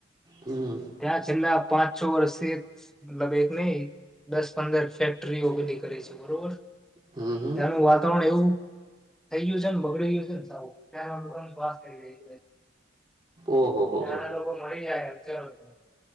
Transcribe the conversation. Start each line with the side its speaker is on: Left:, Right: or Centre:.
Right: હમ
Centre: ત્યાં છેલ્લા પાંચ છ વર્ષે એક મતલબ એક નહ દસ પંદર ફેક્ટરી ઓ બેધી કરીે છે બરોબર
Right: હમ હમ
Centre: ત્યાનું વાતાવરણ એવું થઈ ગયું છે ને બગડ ગયું છે ને સુંસ કરી
Right: ઓહો હો
Centre: ત્યાંના લોકો મળી જાય હલોને